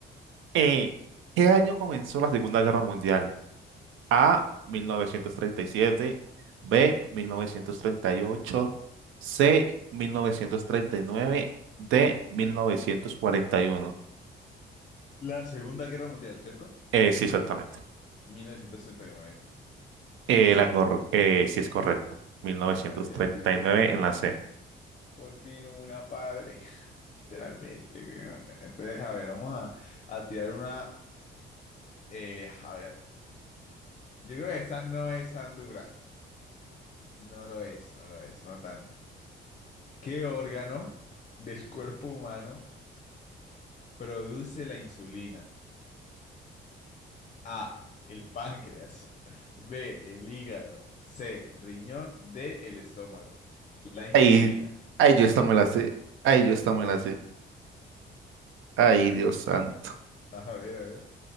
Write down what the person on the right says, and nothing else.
eh, ¿qué año comenzó la Segunda Guerra Mundial? A, mil novecientos treinta y siete, B, mil novecientos treinta y ocho, C, mil novecientos treinta y nueve, D, 1941.
Eh, sí, exactamente.
Eh, la cor- eh, sí es correcto. mil novecientos
treinta
y nueve en
la C.
Ay, ay, yo esta me la sé. Ay, yo esta me la sé. Ay, Dios santo.